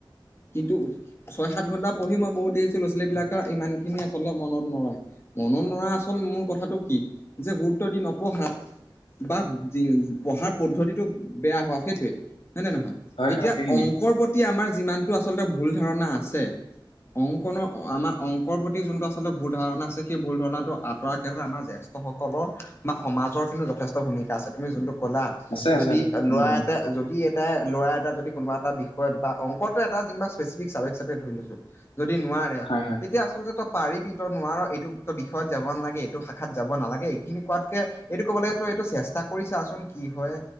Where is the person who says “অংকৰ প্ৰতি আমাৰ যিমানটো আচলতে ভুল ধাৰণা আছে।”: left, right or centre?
Left